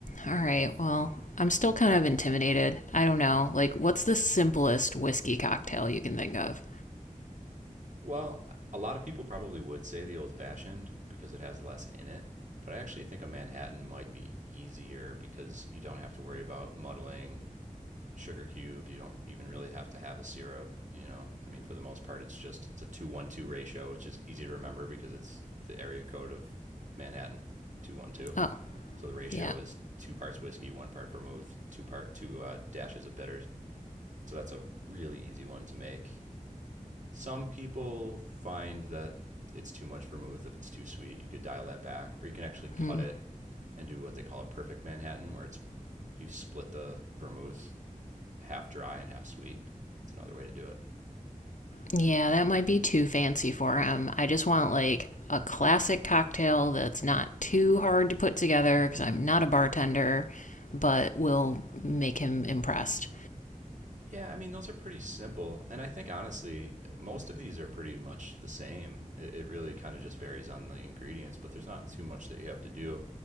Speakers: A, on the left; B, on the right.
A: All right. Well, I'm still kind of intimidated. I don't know. Like, what's the simplest whiskey cocktail you can think of?
B: Well, a lot of people probably would say the old fashioned because it has less in it, but I actually think a Manhattan might be easier because you don't have to worry about muddling sugar cubes. You don't even really have to have a syrup. You know, I mean, for the most part, it's just it's a two one two ratio, which is easy to remember because it's the area code of Manhattan two one two.
A: Oh,
B: So the ratio
A: yeah.
B: is two parts whiskey, one part vermouth, two part two uh, dashes of bitters. So that's a really easy one to make. Some people find that it's too much vermouth if it's too sweet. You could dial that back, or you can actually cut
A: Hmm.
B: it and do what they call a perfect Manhattan, where it's you split the vermouth half dry and half sweet. It's another way to do it.
A: Yeah, that might be too fancy for him. I just want like a classic cocktail that's not too hard to put together because I'm not a bartender, but will make him impressed.
B: Yeah, I mean those are pretty simple, and I think honestly most of these are pretty much the same. It, it really kind of just varies on the ingredients, but there's not too much that you have to do.